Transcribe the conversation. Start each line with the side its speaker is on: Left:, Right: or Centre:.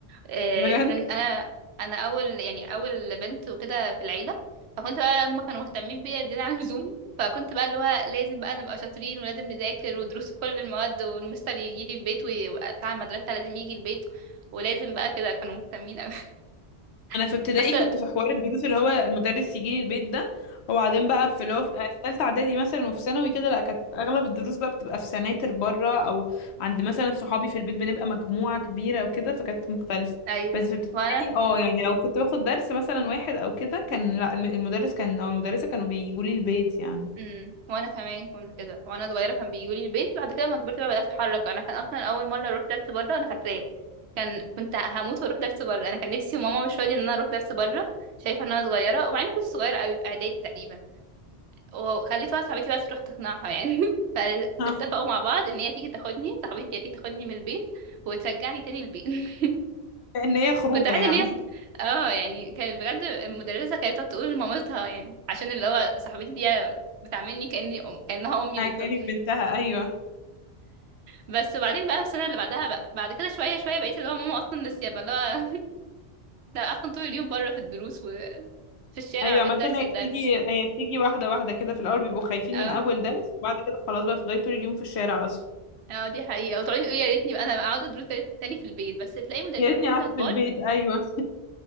Right: آه،
Left: بجد
Right: كان انا انا اول يعني اول بنت وكده في العيله فكنت بقى هما كانوا مهتمين بيا زياده عن اللزوم فكنت بقى اللي هو لازم بقى نبقى شاطرين ولازم نذاكر ودروس في كل المواد والمستر يجي لي البيت وبتاع المدرسه لازم يجي البيت ولازم بقى كده كانوا مهتمين قوي
Left: انا في
Right: <laughs>
Left: ابتدائي
Right: بس
Left: كنت في حوار الدروس اللي هو المدرس يجي لي البيت ده وبعدين بقى في اللي هو في ثالثه اعدادي مثلا وفي ثانوي كده لا كانت اغلب الدروس بقى بتبقى في سناتر بره او عند مثلا صحابي في البيت بنبقى مجموعه كبيره وكده فكانت مختلفه
Right: ايوه
Left: بس في ابتدائي
Right: وانا
Left: اه يعني لو كنت باخد درس مثلا واحد او كده كان لا الم- المدرس كان او المدرسه كانوا بيجوا لي البيت يعني
Right: امم وانا كمان كنت كده وانا صغيره كان بيجولي البيت بعد كده لما كبرت بقى بدات اتحرك انا كان اصلا اول مره اروح درس بره انا فاكراه كان كنت هموت واروح درس بره انا كان نفسي وماما مش راضيه ان انا اروح درس بره شايفه ان انا صغيره ومع اني كنت صغيره قوي في اعدادي تقريبا وخليت واحده صاحبتي بقى تروح تقنعها يعني <laughs> فاتفقوا
Left: <laughs>
Right: مع بعض ان هي تيجي تاخدني صاحبتي دي هتيجي تاخدني من البيت وترجعني تاني البيت <laughs>
Left: ان هي خروجه
Right: كنت عارفه
Left: يعني
Right: ان هي اه يعني كانت بجد المدرسه كانت تقعد تقول لمامتها يعني عشان اللي هو صاحبتي دي بتعاملني كاني أم... كانها امي
Left: <laughs>
Right: بالظبط
Left: كانك بنتها ايوه
Right: بس وبعدين بقى في السنه اللي بعدها بقى بعد كده شويه شويه بقيت اللي هو ماما اصلا ناسيه بقى اللي هو <laughs> لا اصلا طول اليوم بره في الدروس وفي الشارع
Left: ايوه
Right: ما
Left: عامة
Right: بين درس
Left: هي
Right: لدرس
Left: بتيجي هي بتيجي واحدة واحدة كده في الأول بيبقوا خايفين
Right: اه
Left: من أول درس وبعد كده خلاص بقى بتفضلي طول اليوم في الشارع أصلا
Right: اه دي حقيقه وتقعدي تقولي يا ريتني بقى انا بقى اقعد ادروس تا- تاني في البيت بس تلاقي مدرسين
Left: يا ريتني
Right: واحنا
Left: قعدت
Right: كبار
Left: في البيت أيوه <laughs>